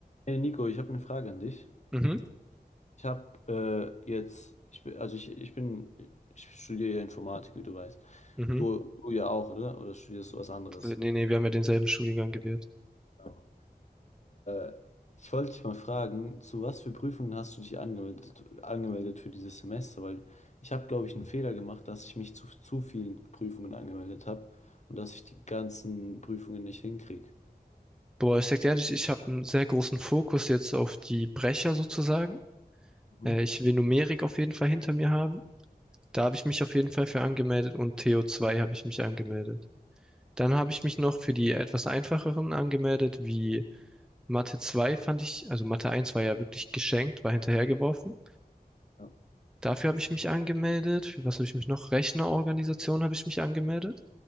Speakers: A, on the left (about 45°); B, in the centre.
A: Hey Nico, ich habe eine Frage an dich.
B: Mhm,
A: Ich habe äh, jetzt, ich bin, also ich, ich bin, ich studiere ja Informatik, wie du weißt.
B: mhm.
A: Du, du ja auch, oder? Oder studierst du was anderes?
B: Wir- Nee, nee, wir haben ja denselben Studiengang gewählt.
A: Ja. Äh, ich wollte dich mal fragen, zu was für Prüfungen hast du dich angemeldet, angemeldet für dieses Semester? Weil ich habe, glaube ich, einen Fehler gemacht, dass ich mich zu zu vielen Prüfungen angemeldet habe und dass ich die ganzen Prüfungen nicht hinkriege.
B: Boah, ich sag dir ehrlich, ich habe einen sehr großen Fokus jetzt auf die Brecher sozusagen.
A: Mhm.
B: Äh, ich will Numerik auf jeden Fall hinter mir haben. Da habe ich mich auf jeden Fall für angemeldet und TO2 habe ich mich angemeldet. Dann habe ich mich noch für die etwas einfacheren angemeldet, wie Mathe 2 fand ich, also Mathe 1 war ja wirklich geschenkt, war hinterhergeworfen.
A: Ja.
B: Dafür habe ich mich angemeldet. Für was habe ich mich noch? Rechnerorganisation habe ich mich angemeldet.